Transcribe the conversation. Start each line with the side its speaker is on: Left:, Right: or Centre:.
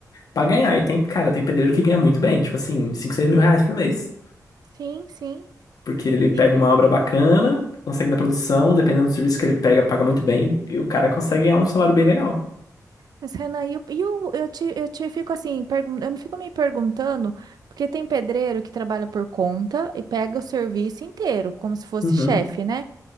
Left: pra ganhar. E tem, cara, tem pedreiro que ganha muito bem, tipo assim, 5 6 mil reais por mês.
Right: Sim, sim.
Left: Porque ele pega
Right: E-
Left: uma obra bacana, consegue da produção, dependendo do serviço que ele pega, paga muito bem, e o cara consegue ganhar um salário bem legal.
Right: Mas, Renan, e o- e o- eu, te, eu te fico assim, pergun- eu me fico me perguntando, porque tem pedreiro que trabalha por conta e pega o serviço inteiro, como se fosse
Left: Uhum.
Right: chefe, né?